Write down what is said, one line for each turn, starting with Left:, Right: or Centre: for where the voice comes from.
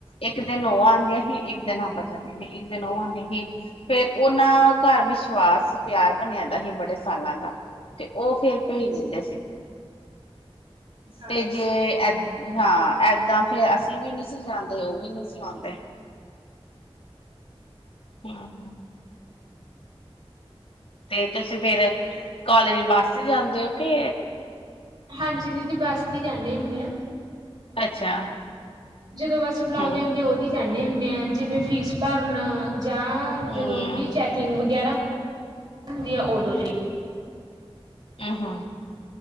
Left: ਇੱਕ ਦਿਨ ਉਹ ਆਉਂਦੀਆਂ ਹੀ, ਇੱਕ ਦਿਨ ਆਪ ਜਾਂਦੀਆਂ ਸੀ ਇੱਕ ਦਿਨ ਉਹ ਆਉਂਦੀਆਂ ਹੀ ਫੇਰ ਉਹਨਾਂ ਘਰ ਵਿਸ਼ਵਾਸ, ਪਿਆਰ ਬਣਿਆ ਦਾ ਸੀ ਬੜੇ ਸਾਲਾਂ ਦਾ ਤੇ ਉਹ ਫੇਰ ਭੇਜ
Right: ਅੱਛਾ।
Left: ਦਿੰਦੇ ਅਸੀ।
Right: ਹਾਂ,
Left: ਤੇ ਜੇ ਏ ਹਾਂ, ਏਦਾਂ ਫੇਰ ਅਸੀਂ ਵੀ ਨੀ ਸੀ ਜਾਂਦੇ ਉਹ ਵੀ ਨੀ ਸੀ ਆਉਂਦੇ। <unintelligible> ਤੇ ਤੁਸੀਂ ਫੇਰ, ਕਾਲਜ ਬੱਸ ਚ ਜਾਂਦੇ ਹੋ ਕੇ
Right: ਹਾਂਜੀ ਦੀਦੀ ਬੱਸ ਦੀ ਹੀ ਜਾਂਨੇ ਹੁੰਦੇ ਆ
Left: ਅੱਛਾ
Right: ਜਦੋਂ ਬਸ ਬੁਲਾਉਂਦੇ
Left: ਹਮ
Right: ਹੁੰਦੇ ਆ ਉਦੀ ਜਾਂਦੇ ਹੁੰਦੇ ਆ ਜਿਵੇਂ ਫੀਸ ਭਰਨ ਜਾਂ
Left: ਹਮ
Right: ਜਦੋਂ ਕਿ ਚੈਕਿੰਗ ਵਗੈਰਾ ਹੁੰਦੀ ਏ ਉਦੋਂ ਵੀ
Left: ਇ-ਹੂੰ।